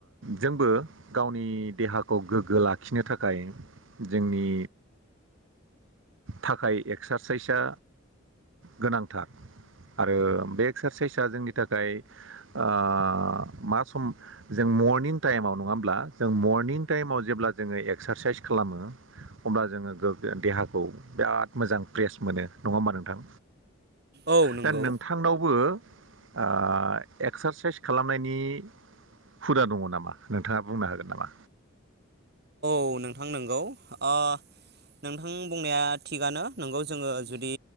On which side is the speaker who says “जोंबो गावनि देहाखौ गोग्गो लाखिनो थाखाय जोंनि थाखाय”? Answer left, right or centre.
Right